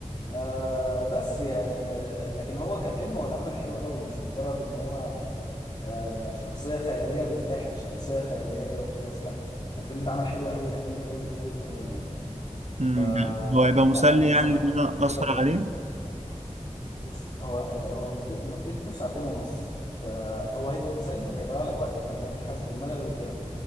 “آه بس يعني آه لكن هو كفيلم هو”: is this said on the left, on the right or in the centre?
Left